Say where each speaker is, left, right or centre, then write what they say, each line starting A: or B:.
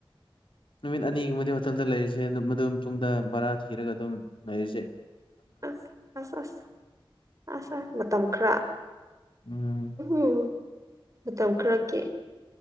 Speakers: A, on the left; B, on the right.
A: ꯅꯨꯃꯤꯠ ꯑꯅꯤꯒꯨꯝꯕꯗꯤ ꯍꯣꯇꯦꯜꯗ ꯂꯩꯔꯁꯦ ꯃꯗꯨꯝ ꯇꯨꯡꯗ ꯕꯔꯥ ꯊꯤꯔꯒ ꯑꯗꯨꯝ ꯂꯩꯔꯁꯦ
B: ꯑꯁ ꯑꯁ ꯑꯁ ꯑꯁ ꯑꯁ ꯃꯇꯝ ꯈꯔ
A: ꯎꯝ
B: ꯎ ꯃꯇꯝ ꯈꯔꯀꯤ